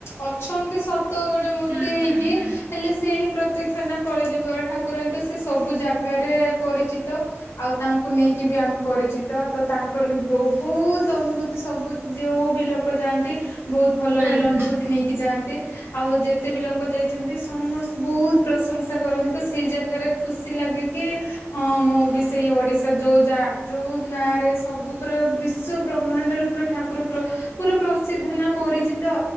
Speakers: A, on the left (about 60°); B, on the right (about 55°).
A: ଅଛନ୍ତି ସତ। ତ ଗୋଟେ ମୂର୍ତ୍ତି
B: ହୁଁ
A: ହେଇକି
B: ହୁଁ ହୁଁ ହୁଁ
A: ହେଲେ ସେ ହିଁ ପ୍ରତ୍ୟକ୍ଷ ନା କଳିଯୁଗ ର ଠାକୁର ହିଁ ତ ସେ ସବୁ ଜାଗାରେ ପରିଚିତ। ଆଉ ତାଙ୍କୁ ନେଇକି ବି ଆମେ ପରିଚିତ ତ ତାଙ୍କର ବି ବହୁ ବହୁତ ଅନୁଭୂତି ସବୁ ଯେଉ ବି ଲୋକ ଯାଆନ୍ତି। ବହୁତ ଭଲ
B: ହୁଁ
A: ଭଲ
B: ହୁଁ ହୁଁ।
A: ଅନୁଭୂତି ନେଇକି ଯାଆନ୍ତି। ଆଉ ଯେତେ ବି ଲୋକ ଯାଇଛନ୍ତି ସମସ୍ତେ ବହୁତ ପ୍ରଶଂସା କରନ୍ତି। ତ ସେଇ ଜାଗାରେ ଖୁସି ତି ଲାଗେ କି ହଁ ମୁଁ ବି ସେଇ ଓଡ଼ିଶା ଯୋଉ ଯା ଯୋଉ ନାଁରେ ସବୁ ପୁରା ବିଶ୍ୱ ବ୍ରହ୍ମାଣ୍ଡର ପୁରା ଠାକୁର ପୁରା ପୁରା ପ୍ରସିଦ୍ଧ ନା ପରିଚିତ।